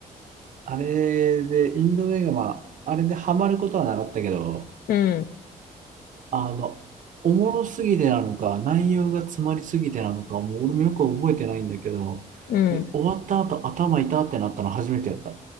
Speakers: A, on the right; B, on the left.
A: あれで、インド映画、まあ、あれでハマることはなかったけど、
B: うん、
A: あの、おもろすぎてなのか、内容が詰まりすぎてなのか、もう俺もよく覚えてないんだけど、
B: うん。
A: 終わった後頭痛ってなったの初めてやった。